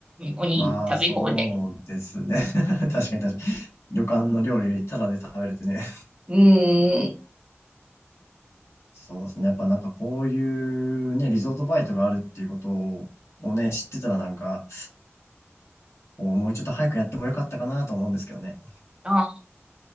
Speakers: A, on the right (about 20°); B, on the left (about 80°).
A: おにぎり食べ放題。
B: まあ、そうですね。<laughs> 確かに確かに。旅館の料理、タダで食べれてね。
A: うん。
B: そうですね。やっぱなんかこういうね、リゾートバイトがあるっていうことをね、知ってたらなんか、こうもうちょっと早くやってもよかったかなと思うんですけどね。
A: あ、